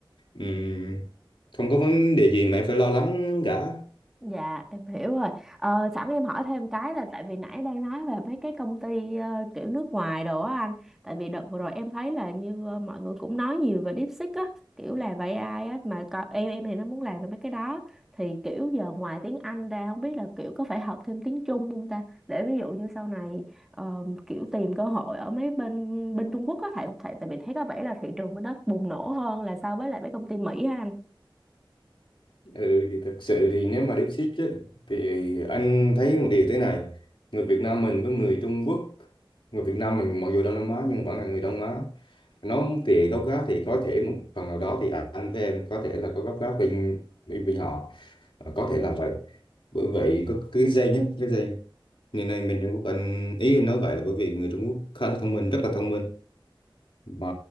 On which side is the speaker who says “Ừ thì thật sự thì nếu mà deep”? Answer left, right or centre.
Left